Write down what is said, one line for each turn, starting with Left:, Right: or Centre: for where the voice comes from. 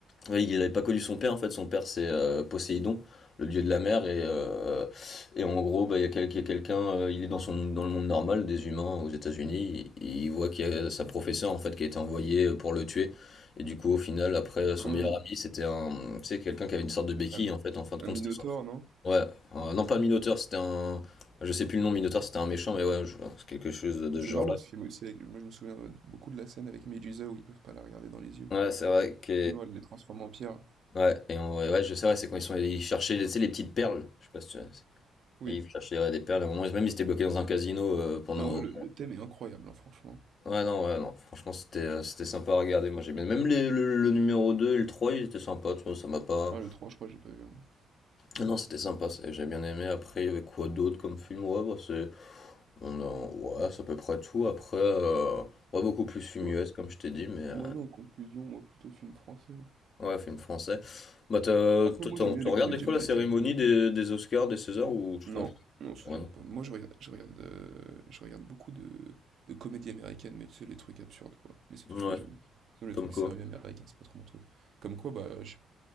Left: Oui, il n'avait pas connu son père en fait. Son père c'est euh, Poséidon, le dieu de la mer et euh, et en gros bah il y a quel- il y a quelqu'un, euh, il est dans son dans le monde normal des humains aux États-Unis. Il, il voit qu'il y a sa professeure en fait qui a été envoyée euh, pour le tuer. Et du coup au final après son
Right: Hmm.
Left: meilleur ami c'était un tu sais quelqu'un qui avait une sorte de béquille
Right: Un,
Left: en fait. En fin de
Right: un
Left: compte
Right: Minotaure,
Left: c'était son pro.
Right: non?
Left: Ouais euh, non pas Minotaur c'était un je sais plus le nom Minotaur c'était un méchant mais ouais je- c'est quelque chose de
Right: Ah,
Left: ce
Right: C'est
Left: genre
Right: marrant
Left: là.
Right: ce film aussi. avec- moi je me souviens euh, beaucoup de la scène avec Medusa où ils peuvent pas la regarder dans les yeux.
Left: Ouais c'est vrai que
Right: Sinon elle les transforme en pierre.
Left: Ouais, et on- ouais, ouais, je sais, ouais, c'est quand ils sont allés chercher les, tu sais, les petites perles. Je sais pas si tu
Right: Oui.
Left: Et ils cherchaient ouais, des perles. À un moment, même ils étaient bloqués dans un casino euh, pendant.
Right: Non, ouais, le, le thème est incroyable, hein, franchement.
Left: Ouais, non, ouais, non. Franchement, c'était euh, c'était sympa à regarder. Moi, j'ai bien. Même les- le, le numéro 2 et le 3 ils étaient sympas, tu vois, ça m'a pas.
Right: Ah, le trois je crois, j'ai pas vu, moi.
Left: Ah Non, c'était sympa, c'est- j'ai bien aimé. Après, il y avait quoi d'autre comme film? Ouais, bah, c'est. On a... Ouais, c'est à peu près tout. Après, euh, ouais, beaucoup plus film
Right: Ouais.
Left: US, comme je t'ai dit, mais. euh,
Right: Ouais, non, en conclusion, moi, plutôt film français. hein.
Left: Ouais, film français. Bah, t'as-
Right: Après,
Left: toi,
Right: moi,
Left: t'en-
Right: j'aime bien
Left: tu
Right: les
Left: regardes
Right: comédies
Left: des fois
Right: américaines.
Left: la cérémonie des, des Oscars, des Césars, ou tu
Right: Non,
Left: t'en fous?
Right: non, ça,
Left: Ouais,
Right: j'aime pas. Moi, je regarde, je regarde, euh, je regarde beaucoup de, de comédies américaines, mais tu sais, les trucs absurdes, quoi. Mais c'est tout
Left: Ouais,
Right: ce que j'aime. Sinon, les
Left: comme
Right: trucs
Left: quoi.
Right: sérieux américains, c'est pas trop mon truc. Comme quoi, bah, je...